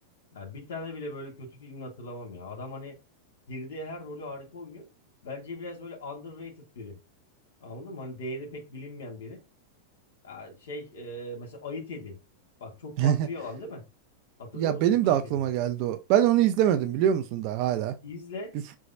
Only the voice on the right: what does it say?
<laughs>
Ya
benim
de aklıma
geldi o. Ben onu izlemedim biliyor musun daha hala.
Bir,